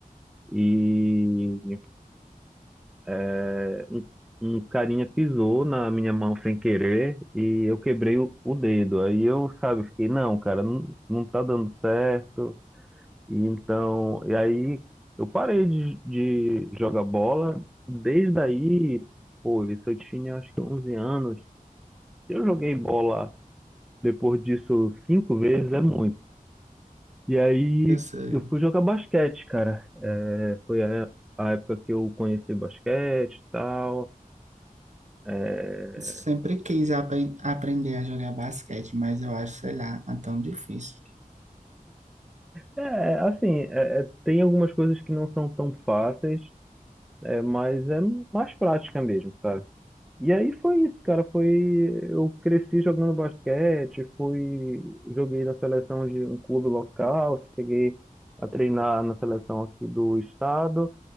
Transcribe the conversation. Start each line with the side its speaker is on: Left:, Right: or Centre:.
Centre: e é, um, um carinha pisou na minha mão sem querer e eu quebrei o, o dedo. Aí eu, sabe, fiquei, não, cara, não, não tá dando certo. E então, e aí eu parei de, de jogar bola. Desde aí, pô, isso eu tinha acho que 11 anos. Eu joguei bola Depois disso, cinco vezes é muito. E aí
Right: Eu sei.
Centre: eu fui jogar basquete, cara. É, foi a, a época que eu conheci basquete e tal. É,
Right: Sempre quis apren- aprender a jogar basquete, mas eu acho, sei lá, é tão difícil.
Centre: é, assim, é- é- tem algumas coisas que não são tão fáceis, é, mas é mais prática mesmo, sabe? E aí foi isso, cara. Foi, eu cresci jogando basquete, fui, joguei na seleção de um clube local, cheguei a treinar na seleção aqui do estado.